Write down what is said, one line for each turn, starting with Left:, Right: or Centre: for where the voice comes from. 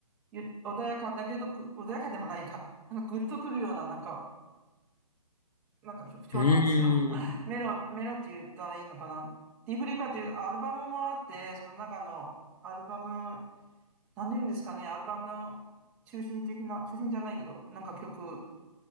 Centre: ゆ穏やかだけどぐ、穏やかでもないか、なんかグッとくるような、なんか、なんか曲調なんですよ。
Left: うーん。
Centre: <laughs> メロ、メロって言ったらいいのかなディープリバーっていうアルバムもあって、その中のアルバム、何て言うんですかね、アルバムの中心的な、中心じゃないけど、なんか曲、